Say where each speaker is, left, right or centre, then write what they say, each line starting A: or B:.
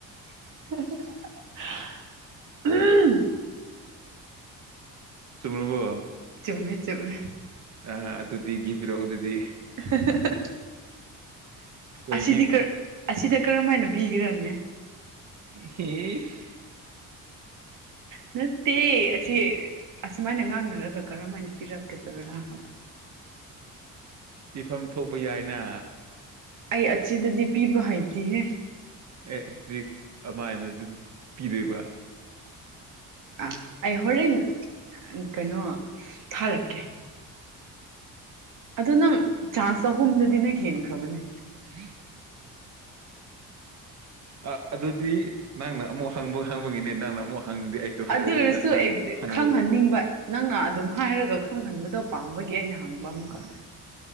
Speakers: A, on the right; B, on the right.
A: ꯍꯍꯍꯍ
B: ꯆꯨꯝꯃꯕꯣ
A: ꯆꯨꯝꯃꯦ ꯆꯨꯝꯃꯦ
B: ꯑ ꯑꯗꯨꯗꯤ ꯒꯤꯐ ꯄꯤꯔꯛꯑꯣ ꯑꯗꯨꯗꯤ
A: ꯍ ꯍ
B: ꯀꯩꯒꯤ
A: ꯑꯁꯤꯗꯤ ꯀꯔ ꯑꯁꯤꯗ ꯀꯔꯝ ꯍꯥꯏꯅ ꯕꯤꯒꯤꯔꯅꯦ
B: ꯍꯦꯁ
A: ꯍꯦ ꯍꯦ ꯅꯠꯇꯦ ꯑꯁꯤ ꯑꯁꯨꯃꯥꯏꯅ ꯉꯥꯡꯅꯔꯒ ꯀꯔꯝ ꯍꯥꯏꯅ ꯄꯤꯔꯛꯀꯗ꯭ꯔꯥꯕꯥ ꯍꯥꯏꯕ
B: <inaudible> ꯂꯩꯐꯝ ꯊꯣꯛꯄ ꯌꯥꯏꯅ
A: ꯑꯩ ꯑꯠꯁꯤꯗꯗꯤ ꯄꯤꯕ ꯍꯩꯇꯦꯍꯦ
B: ꯑꯦ ꯑꯗꯨꯗꯤ ꯑꯃꯥꯏꯅ ꯗꯨꯗꯤ ꯄꯤꯗꯣꯏꯕꯥ
A: ꯑꯥ ꯑꯩ ꯍꯣꯔꯦꯟ ꯀꯩꯅꯣ ꯊꯥꯔꯛꯀꯦ ꯑꯗꯣ ꯅꯪ ꯆꯥꯟꯁ ꯑꯍꯨꯝꯗꯨꯗꯤ ꯅꯣꯏ ꯍꯦꯟꯈ꯭ꯔꯕꯅꯤ
B: ꯍꯦ ꯑꯥ ꯑꯗꯨꯗꯤ ꯅꯪꯅ ꯑꯃꯨꯛ ꯍꯪꯕ ꯍꯪꯕꯒꯤꯅꯦ ꯅꯪꯅ ꯑꯃꯨꯛ ꯍꯪꯗꯗꯤ ꯑꯩꯁꯨ ꯍꯥꯏꯔꯣꯏꯗꯕꯗ
A: ꯑꯗꯨ ꯑꯣꯏꯔꯁꯨ
B: ꯅꯪ
A: ꯑꯦꯛ
B: ꯍꯪꯕꯒꯤ
A: ꯈꯪꯍꯟꯅꯤꯡꯕ ꯅꯪꯅ ꯑꯗꯨꯝ ꯍꯥꯏꯔꯒ ꯈꯪꯍꯟꯕꯗꯣ ꯄꯥꯝꯕꯒꯤ ꯑꯩꯅ ꯍꯪꯕ ꯑꯃꯨꯛꯀ
B: ꯑ